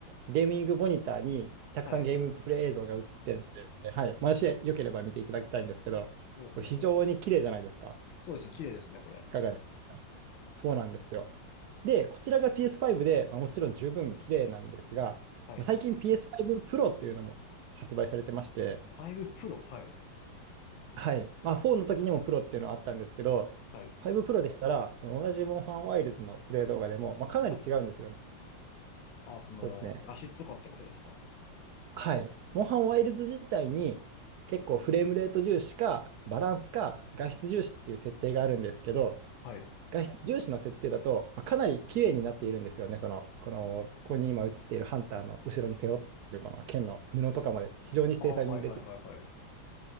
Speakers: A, on the right (about 70°); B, on the left (about 80°).
A: ゲーミングモニターにたくさんゲームプレイ映像が映ってるので、
B: はい。
A: はい。もしよければ見ていただきたいんですけど、
B: ほうほうほうほう。
A: これ非常に綺麗じゃないですか。
B: そうですね、綺麗ですね、これ。
A: いかがですかそうなんですよ。で、こちらが PS5 で、まあ、もちろん十分綺麗なんですが、
B: はい。
A: まあ、最近 PS5 Pro っていうのも発売されてまして、
B: 5 Pro、はい。
A: はい。まあ、4の時にも Pro っていうのはあったんですけど、
B: はい。
A: 5 Pro でしたら、この同じモンハンワイルズのプレイ動画でも、まあ、かなり違うんですよね。
B: はい。ああ、その、
A: そうですね。
B: 画質とかってことですか
A: はい。モンハンワイルズ自体に結構フレームレート重視か、バランスか、画質重視っていう設定があるんですけど、
B: はい。
A: 画質重視の設定だと、まあかなり綺麗になっているんですよね。その、この、ここに今映っているハンターの後ろに背負っているこの剣の布とかまで非常に精細に出ている。
B: ああ、はいはいはいはい。